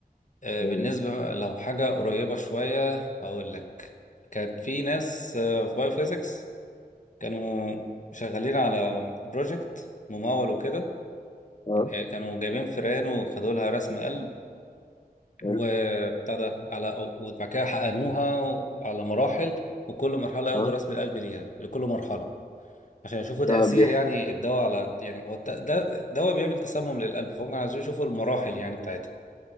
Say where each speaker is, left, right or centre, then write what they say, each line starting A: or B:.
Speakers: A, on the left; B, on the left.
A: آه،
B: اه
A: بالنسبه لو حاجه قريبه شويه هقول لك كان في ناس آه، في بايوفيزيكس كانوا شغالين على بروجكت ممول وكده
B: آه،
A: آه، كانوا جايبين فئران وخدوا لها رسم قلب
B: حلو.
A: وبتاع ده على وبعد كده حقنوها على مراحل وكل مرحله ياخدوا
B: اه
A: رسم القلب ليها لكل مرحله عشان يشوفوا تأثير
B: ده بيح
A: يعني الدواء على يعني هو الت- ده دواء بيعمل تسمم للقلب فهم كانوا عايزين يشوفوا المراحل يعني بتاعتها